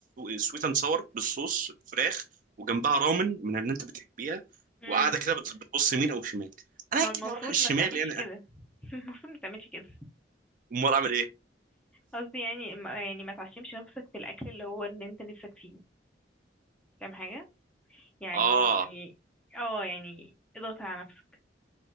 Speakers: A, on the right; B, in the centre.
A: سويت اند ساور بالصوص فراخ وجنبها رامن من اللي انت بتحبيها
B: امم
A: وقاعده كده بت- بتبص يمين او شمال انا
B: ما
A: اكيد
B: هو المفروض
A: هروح الشمال
B: ما تعملش
A: يعني
B: كده <laughs> المفروض ما تعملش كده
A: امال اعمل ايه
B: قصدي يعني ما يعني ما تعشمش نفسك في الاكل اللي هو ان انت نفسك فيه فاهم حاجة يعني
A: اه
B: اه يعني اضغط على نفسك